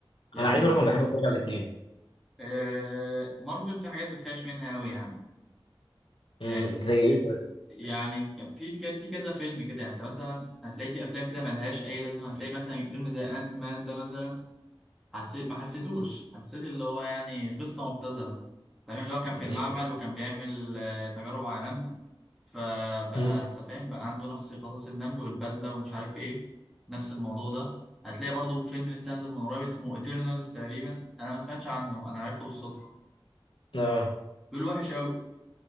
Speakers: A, in the centre; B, on the left.
A: يعني
B: انا عايز اقول لك انا بحب اتفرج على الاثنين
A: آه... مارفل في حاجات بتخاش منها أوي يعني يعني
B: امم زي ايه طيب
A: يعني كان في في كذا فيلم كده يعني انت مثلا هتلاقي في افلام كده ملهاش اي لازمه هتلاقي مثلا فيلم زي انت مان ده مثلا حسيت ما حسيتوش حسيت اللي هو يعني قصة مبتذلة تمام اللي هو كان في المعمل
B: إيه؟
A: وكان بيعمل آه، تجارب على نمل فبقى
B: مم.
A: انت فاهم بقى عنده نفس قصص النمل والبدلة ومش عارف ايه نفس الموضوع ده هتلاقي برضو فيلم لسه نازل من قريب اسمه ايترنالز تقريبا انا ما سمعتش عنه انا عرفته بالصدفة
B: اه
A: بيقول وحش قوي